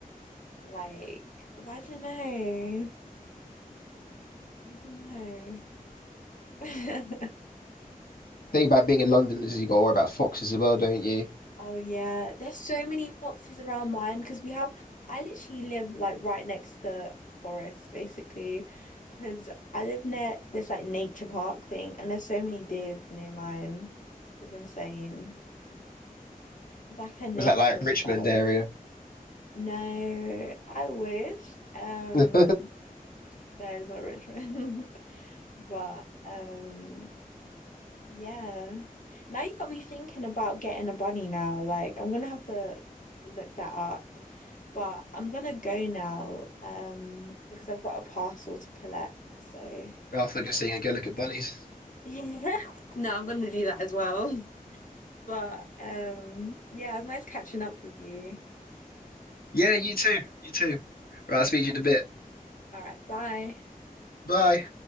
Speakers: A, on the left; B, on the left.
A: Like, but I don't know. I don't know. <laughs>
B: Thing about being in London is you got to worry about foxes as well, don't you?
A: Oh yeah, there's so many foxes around mine because we have. I literally live like right next to forest, basically, because I live near this like nature park thing, and there's so many deers near mine. It's insane. It's like a nature
B: Was that like
A: world.
B: Richmond area?
A: No, I wish. Um,
B: <laughs>
A: there's a Richmond. <laughs> But um yeah. Now you got me thinking about getting a bunny now. Like I'm gonna have to look that up. But I'm gonna go now, um, because I've got a parcel to collect. So
B: After go see and go look at bunnies.
A: yeah. <laughs> No, I'm gonna do that as well. <laughs> But um yeah, it was nice catching up with you.
B: Yeah, you too. You too. Right, I'll speak to you in a bit.
A: All right, bye.
B: Bye.